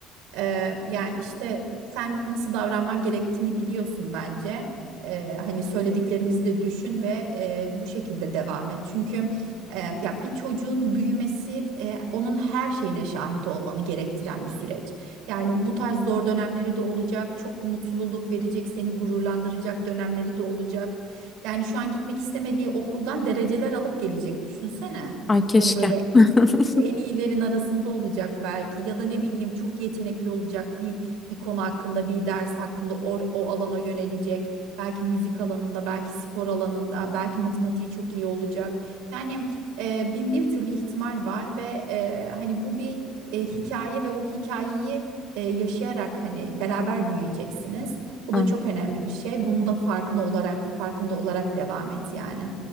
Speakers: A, on the right (about 85°); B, on the left (about 15°).
A: Eee, yani işte sen nasıl davranman gerektiğini biliyorsun bence. Eee, hani söylediklerimizi de düşün ve eee, bu şekilde devam et. Çünkü eee, ya bir çocuğun büyümesi eee, onun her şeyine şahit olmanı gerektiren bir süreç. Yani bu tarz zor dönemleri de olacak, çok mutluluk verecek, seni gururlandıracak dönemleri de olacak. Yani şu an gitmek istemediği okuldan dereceler alıp gelecek düşünsene.
B: Ay keşke.
A: Hani böyle
B: <laughs>
A: en iyilerin arasında olacak belki ya da ne bileyim çok yetenekli olacak bir bir konu hakkında bir ders hakkında o, o alana yönelecek belki müzik alanında belki spor alanında belki matematiği çok iyi olacak yani e, bin bir türlü ihtimal var ve e, hani bu bir e, hikaye ve o hikayeyi e, yaşayarak hani beraber büyüyeceksiniz bu
B: Ay-
A: da çok önemli bir şey bunu da farkında olarak farkında olarak devam et yani.